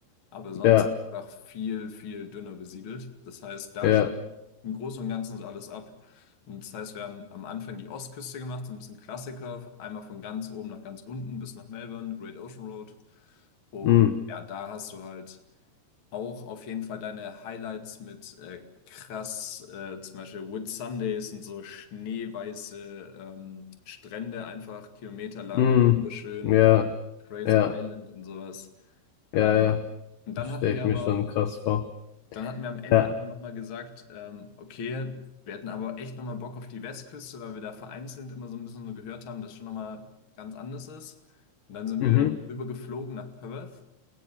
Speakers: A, on the left; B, on the left.
A: aber sonst
B: ja,
A: einfach viel, viel dünner besiedelt. Das heißt, da
B: ja.
A: spielt im Großen und Ganzen so alles ab. Und das heißt, wir haben am Anfang die Ostküste gemacht, so ein bisschen Klassiker, einmal von ganz oben nach ganz unten bis nach Melbourne, Great Ocean Road. Und
B: Mhm.
A: ja, da hast du halt auch auf jeden Fall deine Highlights mit äh, krass, äh, zum Beispiel Whit Sundays und so schneeweiße ähm, Strände, einfach kilometerlang,
B: Hm.
A: wunderschön,
B: Ja,
A: Fraser
B: ja,
A: Island und sowas. Ähm,
B: ja, ja.
A: und
B: Das
A: dann
B: stelle
A: hatten wir
B: ich
A: aber,
B: mir schon krass vor.
A: dann hatten wir am Ende
B: Ja.
A: aber nochmal gesagt, ähm, okay, wir hätten aber echt nochmal Bock auf die Westküste, weil wir da vereinzelt immer so ein bisschen so gehört haben, dass schon nochmal ganz anders ist. Und dann sind
B: Mhm.
A: wir übergeflogen nach Perth